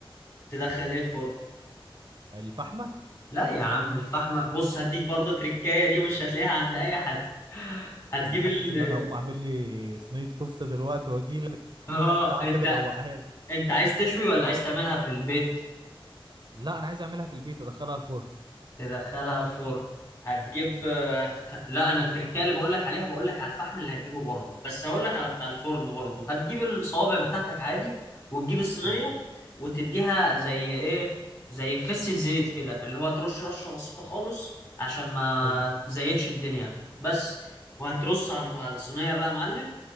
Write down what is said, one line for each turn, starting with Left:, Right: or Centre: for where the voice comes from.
Left: تدخل ايه الفرن
Right: الفحمه
Left: لا يا عم الفحمة بص هديك برضه تركاية دي مش هتلاقيها عند اي حد هتجيب
Right: انا حاسس
Left: ال-
Right: ان انا هقوم اعمل لي صينيه كفته دلوقتي واجي لك
Left: اه
Right: لحد عندك
Left: <laughs> انت
Right: ادوقها لك
Left: انت عايز تشوي ولا عايز تعملها في البيت
Right: لا انا عايز اعملها في البيت ادخلها الفرن
Left: تدخلها الفرن هتجيب آه، لا انا التركية اللي بقول لك عليها بقول لك على الفحم اللي هتجيبه بره بس هقول لك على بتاع الفرن برضو هتجيب الصوابع بتاعتك عادي وتجيب الصينية
Right: اه
Left: وتديها زي ايه زي فسة زيت كده اللي هو ترش رشة بسيطة خالص عشان ما
Right: ايوه
Left: تزيتش الدنيا بس وهترص على الف- على الصينية بقى يا معلم